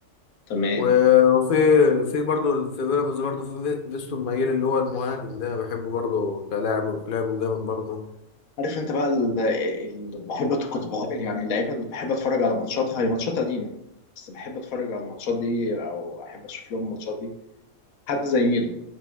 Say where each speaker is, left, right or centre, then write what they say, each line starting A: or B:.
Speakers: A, on the left (about 85°); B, on the left (about 45°).
A: تمام
B: و- وفي في برضه في بيراميدز برضه في فيستون مايل اللي هو المهاجم ده بحبه برضه كلاعب كلاعب جامد برضه
A: عارف انت بقى اللي بحب كنت بح- يعني اللعيبة اللي بحب اتفرج على ماتشاتها هي ماتشات قديمة بس بحب اتفرج على الماتشات دي او احب اشوف لهم الماتشات دي حد زي ميدو